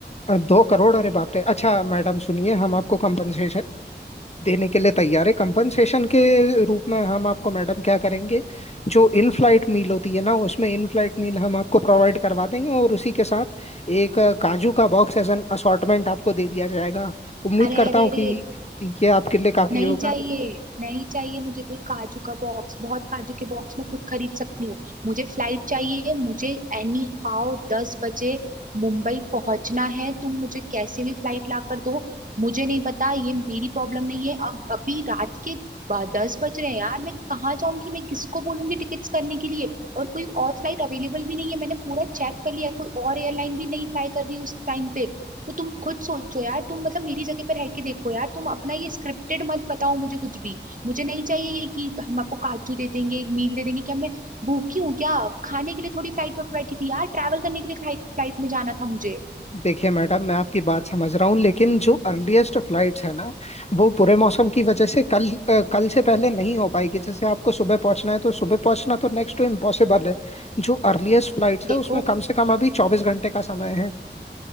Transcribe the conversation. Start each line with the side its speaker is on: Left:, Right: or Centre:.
Left: अ, दो करोड़ अरे बाप रे अच्छा मैडम सुनिए हम आपको कंपनसेशन देने के लिए तैयार है कंपनसेशन के रूप में हम आपको मैडम क्या करेंगे जो इन फ्लाइट मील होती है ना उसमें इन फ्लाइट मील हम आपको प्रोवाइड करवा देंगे और उसी के साथ एक अ, काजू का बॉक्स एज एन असॉर्टमेंट आपको दे दिया जाएगा उम्मीद
Right: अरे
Left: करता
Right: अरे
Left: हूँ
Right: अरे
Left: कि ये आपके लिए काफी
Right: नहीं
Left: होगा
Right: चाहिए नहीं चाहिए मुझे कोई काजू का बॉक्स बहुत काजू के बॉक्स मैं खुद खरीद सकती हूँ मुझे फ्लाइट चाहिए मुझे एनी हाउ दस बजे मुंबई पहुंचना है तुम मुझे कैसे भी फ्लाइट ला कर दो मुझे नहीं पता ये मेरी प्रॉब्लम नहीं है अब अभी रात के ब- दस बज रहे हैं यार मैं कहाँ जाऊंगी मैं किसको बोलूंगी टिकट्स करने के लिए और कोई और फ्लाइट अवेलेबल भी नहीं है मैंने पूरा चेक कर लिया कोई और एयरलाइन भी नहीं फ्लाई कर रही उस टाइम पे तो तुम खुद सोचो यार तुम मतलब मेरी जगह पर रह के देखो यार तुम अपना ये स्क्रिप्टेड मत बताओ मुझे कुछ भी मुझे नहीं चाहिए ये कि हम आपको काजू दे देंगे मील दे देंगे क्या मैं भूखी हूँ क्या खाने के लिए थोड़ी फ्लाइट में बैठी थी यार ट्रैवल करने के लिए फ्लाइट में जाना था मुझे
Left: देखिए मैडम मैं आपकी बात समझ रहा हूँ लेकिन जो अर्लीस्ट फ्लाइट्स है ना वो पूरे मौसम की वजह से कल अ, कल से पहले नहीं हो पाएगी जैसे आपको सुबह पहुंचना है तो सुबह पहुंचना तो नेक्स्ट टू इम्पॉसिबल है जो अर्लीस्ट फ्लाइट्स
Right: देखो
Left: है उसमें कम से कम अभी चौबीस घंटे का समय है